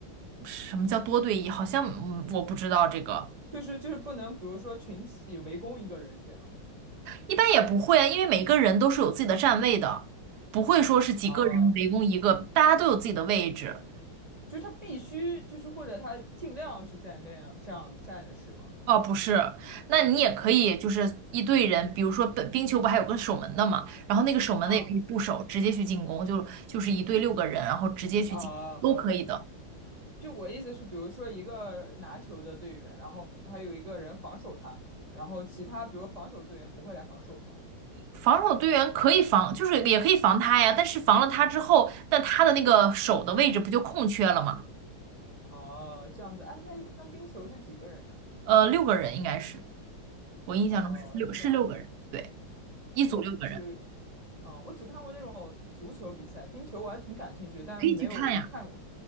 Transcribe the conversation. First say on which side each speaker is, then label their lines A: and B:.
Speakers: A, on the right; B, on the right.
A: 什么叫多对一？好像嗯，我不知道这个，
B: 就是就是不能，比如说群体围攻一个人这样。
A: 一般也不会啊，因为每个人都是有自己的站位的，不会说是几个人围攻一个，
B: 啊，
A: 大家都有自己的位置。
B: 就是他必须就是或者他尽量是在那样这样站着是吗？
A: 哦，不是，那你也可以就是一队人，比如说本冰球不还有个守门的嘛，然后那个守门的也可以不守，
B: 啊。
A: 直接去进攻，就就是一队六个人，然后直接去进攻都可以的。
B: 啊，就我意思是，比如说一个拿球的队员，然后还有一个人防守他，然后其他比如防守队员不会来防守吗？
A: 防守队员可以防，就是也可以防他呀，但是防了他之后，那他的那个手的位置不就空缺了吗？
B: 哦，这样子，哎，那一般冰球是几个人呀？
A: 呃，六个人应该是，我印象中是六是六个人，
B: 哦，这样子，
A: 对，一组六个人，
B: 是我只，嗯，我只看过那种足球比赛，冰球我还挺感兴趣，但没有看过。
A: 可以去看呀。